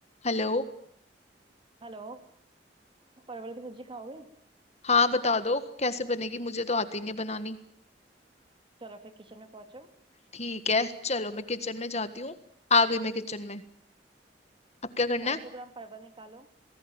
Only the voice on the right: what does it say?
Hello परवल की सब्जी खाओगे
चलो फिर किचन में पहुंचो
ढाई
सौ ग्राम परवल निकालो